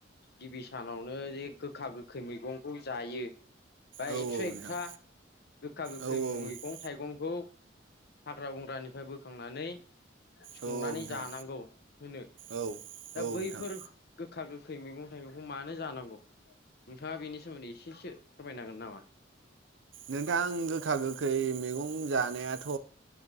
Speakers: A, on the left; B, on the right.
A: गिबि सानावनो बजे गोखा गोखै मैगंखौ जायो बा
B: औ
A: एकस
B: नोंथां
A: एकथा गोखा गोखै
B: औ
A: मैगं
B: औ
A: थाइगंखौ हाग्रा बंग्रानिफ्राय बोखांनानै संनानै
B: औ नोंथां
A: जानांगौ होनो
B: औ
A: दा
B: औ नोंथां
A: बैफोर गो गोखा गोखै मैगं थाइगंखौ मानो जानांगौ नोंथाङा बेनि सोमोन्दै एसेसो फोरमायन हांगोन नामा
B: नोंथां गोखा गोखै मैगं जानायाथ